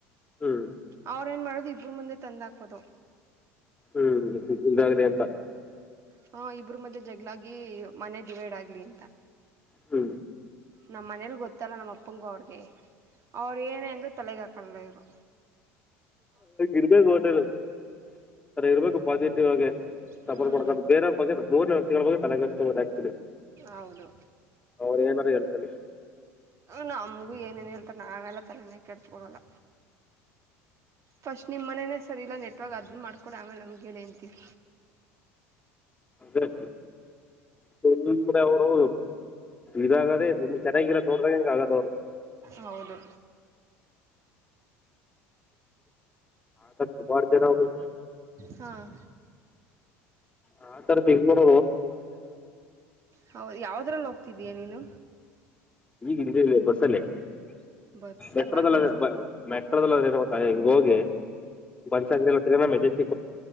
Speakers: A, on the left; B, on the right.
A: ಹ್ಮ್
B: ಅವ್ರ ಏನ್ ಮಾಡದ ಒಬ್ಬರು ಮುಂದೆ ತಂದುಾಕೋದು
A: ಹ್ಮ್ ಇಲ್ದಾಗೆ ಅಂತ
B: ಹಾ ಇಬ್ರು ಮಧ್ಯೆ ಜಗ್ಗಳಾಗಿ ಮನೆ ಡಿವೈಡ್ ಆಗಲಿ ಅಂತ
A: ಹ್ಮ್
B: ನಮ್ಮ ಮನೇಲಿ ಗೊತ್ತಲ್ಲ ನಮ್ಮ ಅಪ್ಪಂಗೂ ಅವ್ರಿಗೆ ಅವ್ರ ಏನ ಅಂದ್ರ ತಲೆಗಾಕ ಪಲ್ಲೆಯರು
A: ಇರ್ಬೇಕು ಹೋಟೆಲ್ರ ಇರ್ಬೇಕು ಪಾಸಿಟಿವ್ ಆಗೆ
B: ಹ್ಮ್
A: ಸಬರ್ ಮಾಡ್ಕದು ಬೇರೆ ಬಗೆ ಲಬದ
B: ಹೌದು
A: ಅವ್ರು ಏನಾರ ಹೇಳ್ಕೊಳ್ಳಿ
B: ನ ಗು ಏನೇನು ಹೇಳ್ತಾರೆಾನ ಆಮೇಲ್ಲ ತಲೆನೇ ಕೆಡಸಕೊಡಲ್ಲ ಫಸ್ಟ್ ನಿಮ್ಮ ಮನೇೇ ಸರಿ ಇಲ್ಲ ನೆಟ್ವರ್ಕ್ ಅದನ್ನ ಮಾಡ್ಿಕೊಡಿ ಆಮೇಲೆ ನಮ್ಗೆ ಹೇಳೇಂತೀವಿ
A: ಅ ತುಂಬ್ರ ಅವರು ಇದಾಗದೆೇ ತುಂಬ ಚೆನ್ನಾಗಿರ ದೋಡ್ದ ಆಗದ ಅವ್ರು
B: ಹೌದು
A: ಹಾ ಸುಮಾರತರಬೇಕ
B: ಹಾಂ
A: ಆ ತರ ತಿಗ ನೋಡ
B: ಹೌದು ಯಾವದ್ರಲ್ಲಿ ಹೋಗ್ತವಿ ಬಿರಿಯಾನಿನ
A: ಈಗ ಬಸ್ಸಲ್ಲೇ
B: ಬಸ್ಸಲ್ಲ
A: ಎಟ್ಟ್ರದಲ್ಲ
B: ಹ್ಞೂ
A: ಮೆಟ್ರೋದಲ್ಲಿಟ್ಟ ಹಿಂಗ ಹೋಗಿ ಬನ್ಸಲ್ಲತ್ತ ನ ಮ ಸಿ